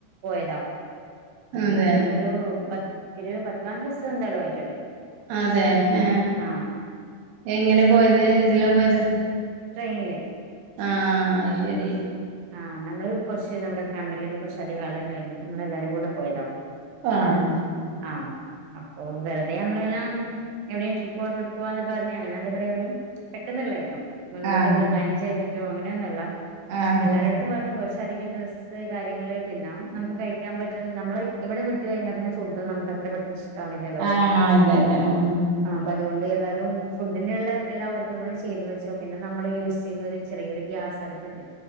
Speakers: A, on the right; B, on the right.
A: പോയതാ
B: അതെ
A: എനിക്ക് തോന്നുന്നു പത്ത് ഒരു പത്തു പതിനഞ്ചു ദിവസം എന്തായാലും ആയിട്ടുണ്ട്
B: അതെ ആഹ
A: ആഹ്
B: എങ്ങനെ പോയത് എന്തിലാ പോയത് <inaudible>
A: ട്രെയിനില്
B: ആഹ അത് ശരി
A: ആഹ് നമ്മള് കുറച്ച് നമ്മടെ ഫാമിലിന്ന് കുറച്ച് അധികം ആളുണ്ടായിരുന്നു നമ്മളെല്ലാരും കൂടെ പോയതോ
B: ആഹ
A: ആ അപ്പൊ വെറുതെ നമ്മളെല്ലാം എവിടെയും ട്രിപ്പ്‌ പോവാം ട്രിപ്പ് പോവാന്ന് പറഞ്ഞു അങ്ങനെ എന്താ പറയാ ഒരു പെട്ടെന്നുള്ളെയായിരുന്നു മുൻകൂട്ടി
B: ആഹ്
A: നമ്മള് പ്ലാൻ ചെയ്തിട്ട് റ്റോ അങ്ങനെയൊന്നുമല്ല
B: ആഹ്
A: എല്ലാരെടുത്തും പറഞ്ഞു പക്ഷെ അധികം ഡ്രസ്സ് കാര്യങ്ങള് പിന്നെ നമുക്ക് കഴിക്കാൻ പറ്റുന്ന നമ്മള് ഇവിടം വിട്ട് കഴിഞ്ഞാൽ പിന്നെ ഫുഡ് നമുക്കത്ര പെട്ടെന്ന് ഇഷ്ടാവില്ലല്ലോ
B: ആഹ് ഇതന്ന ഉ <unintelligible>
A: ആ അപ്പൊ അതുകൊണ്ട് എല്ലാരും ഫുഡിനുള്ള എല്ലാ ഒരുക്കങ്ങളും ചെയ്തു വെച്ചു പിന്നെ നമ്മള് യൂസ് ചെയ്യുന്ന ഒരു ചെറിയൊരു ഗ്യാസ് അടുപ്പുണ്ട്